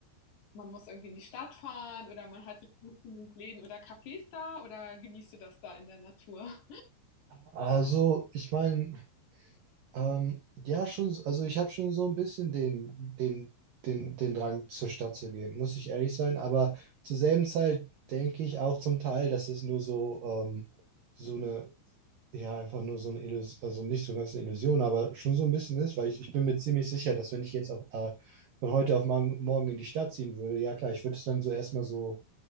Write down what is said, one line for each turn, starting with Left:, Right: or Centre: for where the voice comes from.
Left: man muss irgendwie in die Stadt fahren oder man hat jetzt nicht genug Läden oder Cafés da oder genießt du das da in der Natur?
Right: Also, ich meine, ähm, ja, schon, also ich habe schon so ein bisschen den, den, den, den Drang zur Stadt zu gehen, muss ich ehrlich sein, aber zur selben Zeit denke ich auch zum Teil, dass es nur so, ähm, so eine ja, einfach nur so eine Illusion, also nicht so ganz eine Illusion, aber schon so ein bisschen ist, weil ich, ich bin mir ziemlich sicher, dass wenn ich jetzt auf, äh, von heute auf morgen, morgen in die Stadt ziehen würde, ja klar, ich würde es dann so erstmal so,